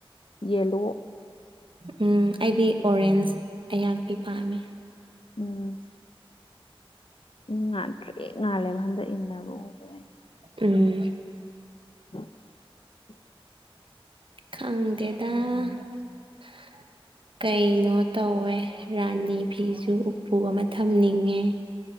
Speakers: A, on the left; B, on the right.
A: ꯌꯦꯂꯣ
B: ꯎꯝ ꯑꯩꯗꯤ ꯑꯣꯔꯦꯟꯁ ꯑꯍꯥꯛꯄꯤ ꯄꯥꯝꯃꯦ꯫
A: ꯎꯝ ꯉꯥꯠꯇ꯭ꯔꯤꯛ ꯉꯥꯜꯂꯦꯕ ꯍꯟꯗꯛ ꯏꯟꯅꯕ ꯎꯕꯗ ꯑꯩꯅ꯫
B: ꯎꯝ
A: <inaudible>
B: ꯈꯪꯗꯦꯗ꯫ꯀꯩꯅꯣ ꯇꯧꯋꯦ ꯔꯥꯅꯤ ꯅꯤ ꯐꯤꯁꯨ ꯎꯄꯨ ꯑꯃ ꯊꯝꯅꯤꯡꯉꯦ꯫